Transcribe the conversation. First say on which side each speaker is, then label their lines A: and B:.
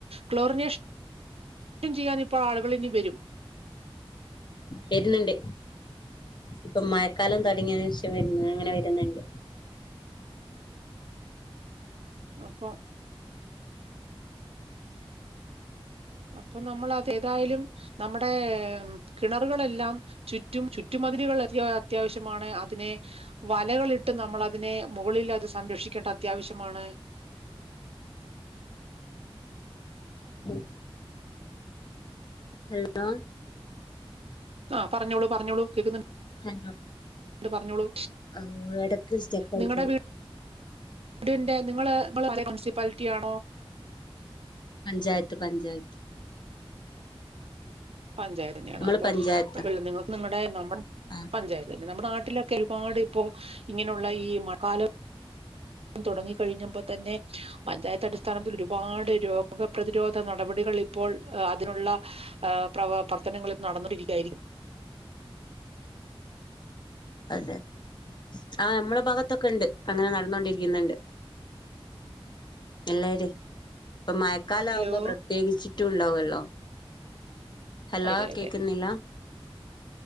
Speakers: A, on the right; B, on the left.
A: ക്ലോറിനേഷൻൻ ചെയ്യാൻ ഇപ്പോ ആളുകൾ ഇനി വരും.
B: വരുന്നുണ്ട്. ഇപ്പൊ മഴക്കാലം തുട ങ്ങിയതിനുശേഷം വരുന്നത് അങ്ങനെ വരുന്നുണ്ട്.
A: അപ്പൊ അപ്പൊ നമ്മൾ ഏതായാലും നമ്മുടെ കിണറുകളെല്ലാം ചുറ്റും ചുറ്റുമതിലകൾ അത്യാവശ്യമാണ് അതിനെ വലകളിട്ട് നമ്മളതിനെ മുകളിൽ അത് സംരക്ഷിക്ക ിക്കണ്ട അത്യാവശ്യമാണ്
B: ഉ ഹലോ
A: ആഹ പറഞ്ഞോളൂ പറഞ്ഞോളൂ കേൾക്കുന്നുണ്ട്.
B: ഹ
A: എ പറഞ്ഞോളൂ
B: ആ എടക്ക് സ്റ്റെക്കായി
A: നിങ്ങളുടെ
B: പോയി
A: വീടിന്റെ നിങ്ങള് മുൻസിപ്പാലിറ്റിയാ ണോ
B: പഞ്ചായത്ത് പഞ്ചായത്ത്
A: പഞ്ചായത്തിന്നെയാണ്
B: നമ്മള്
A: അപ്പൊ
B: പഞ്ചായത്താ
A: നിങ്ങൾക്ക് നിങ്ങളുടെ നമ്മുടെ
B: ആഹ്
A: പഞ്ചായത്ത് നമ്മുടെ നാട്ടിലൊക്കെ ഒരുപാട് ഇപ്പോ ഇങ്ങനെയുള്ള ഈ മഴക്കാലം തുടങ്ങി കഴിഞ്ഞപ്പോ തന്നെ പഞ്ചായത്ത് അടിസ്ഥാനത്തിൽ ഒരുപാട് രോഗപ്രതിരോധ നടപടികൾ ഇപ്പോൾ അതിനുള്ള ഏഹ് പ്ര പ്രർത്തനങ്ങൾ ഇപ്പോ നടന്നോണ്ടിരിക്കുകയായിരിക്കും
B: അതെ ആ മ്മടെ ഭാഗത്ത് ത്തൊക്കെ ഉണ്ട് അങ്ങനെ നടന്നോണ്ടിരിക്കുന്നുണ്ട് പിള്ളേര് ഇപ്പൊ മയക്കാലാവുമ്പോ
A: ഹലോ
B: പ്രത്യേകിച്ചിട്ടും ഉണ്ടാവുമല്ലോ ഹലോ
A: അതെ
B: കേക്കുന്നില്ല
A: അതെ